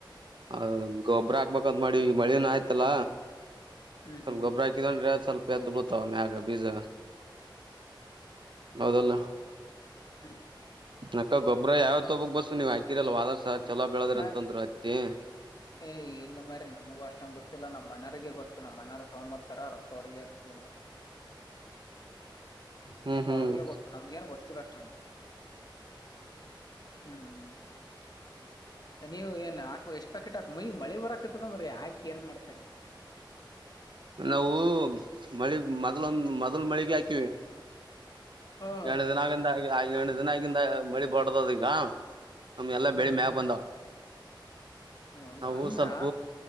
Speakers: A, on the right (about 65°); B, on the left (about 50°).
A: ಹ ಗೊಬ್ಬ್ರ ಹಾಕ್ಬೇಕಂತ ಮಾಡಿ ಮಳೇನ ಆಯ್ತಲ್ಲ
B: ಹ್ಮ್
A: ಸ್ವಲ್ಪ
B: ಹ್ಮ್
A: ಗೊಬ್ಬರ ಹಾಕಿದಂದ್ರೆ ಸ್ವಲ್ಪ ಎದ್ದ್ ಬತವ ಮ್ಯಾಗ ಬೀಜ ಹೌದಲ್ಲ
B: ಹ್ಮ
A: ಅಕ್ಕ ಗೊಬ್ಬ್ರ ಯಾವತ್ ಒಬಕ್ ಬಸ್ಸು ನೀವ್ ಹಾಕಿರಲ್ವಾ ವಾದಾರ್ಸಹ ಚಲೋ ಬೆಳದಿರ
B: ನಾ
A: ಅಂತಂದ್ರ ಅತ್ತಿ
B: ಏ ಏ ಇಲ್ಲ ಮ್ರೆ ನಮಗೂ ಅಷ್ಟಂಗ ಗೊತ್ತಿಲ್ಲ ನಮ್ ಅಣ್ಣಗ ಗೊತ್ತು ನಮ್ಮ್ ಅಣ್ಣ ತೊಂಬರ್ ತರ ರೊಕ್ಕವರಿಗೆ ಇರ್ತದಲ್ಲ
A: ಹ್ಮ್
B: ಎಲ್ಲ
A: ಹ್ಮ್
B: ಅವ್ರಗ ಗೊತ್ತು ನಮ್ಗ ಏನ್ ಗೊತ್ತಿಲ್ಲ ಅಷ್ಟಂತ ಹ್ಮ್ ನೀವ ಏನ್ ಹಾಕ್ ಎಷ್ಟ್ ಪಾಕೆಟ್ ಹಾಕ್ ಮೈಗ್ ಮಳೆ ಬರಾಕತದ ಮ್ರರಿ ಆಾಕಿ ಏನ್ ಮಾಡ್ತಿ
A: ನಾವು ಮಳಿ ಮೊದ್ಲ ಮೊದ್ಲ ಮಳಿಗೆ ಹಾಕಿವವಿ
B: ಹ್ಮ್
A: ಎಂದು ದಿನ ಆಗಿಂದ ಎಂಟು ದಿನ ಆಗಿಂದ ಮಳಿ ಬಾರ್ದದ ಈಗ ನಮ್ಗೆ ಎಲ್ಲಾ
B: ಹ್ಮ್
A: ಬೆಳಿ ಮ್ಯಾಗ
B: ಹ್ಮ್
A: ಬಂದವ
B: ಹೌದಾ
A: ನಾವು
B: ಅಂದ್ರ
A: ಸ್ವಲ್ಪ